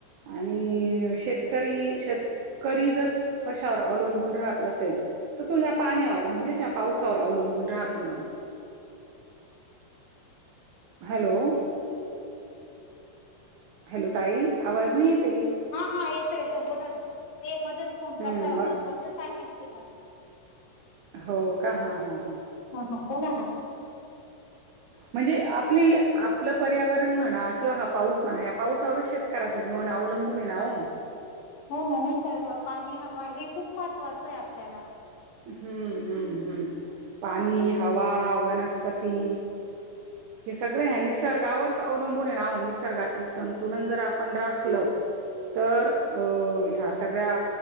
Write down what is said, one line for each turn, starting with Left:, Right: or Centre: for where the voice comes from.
Right: आणि शेतकरी शेतं करी जर कशावर अवलंबून राहत असेल तो ह्या पाण्यावर म्हणजेचं या पावसावर अवलंबून राहतो ना ओ. हॅलो हॅलो, ताई आवाज नाही येतये.
Left: हा हा येतो येतो बोला ना ते मध्येचं फोन
Right: हम्म
Left: करता
Right: मग
Left: ग्रुप वरती सायलेंट केला म
Right: हो का हा हा हा
Left: हा हा बोला ना
Right: म्हणजे आपली आपलं पर्यावरणं म्हणा किंवा हा पाऊस म्हणा या पाऊसावर शेत कराचं जीवन अवलंबून आहे ना ओ.
Left: हो म निसर्ग, पाणी, हवा हे खूप महत्त्वाचंय आपल्याला
Right: हम्म हम्म हम्म पाणी, हवा, वनस्पती हे सगळ निसर्गावरचं अवलंबून ये नाओ निसर्गातील संतुलनं जर आपण राखलं. तर अ ह्या सगळ्या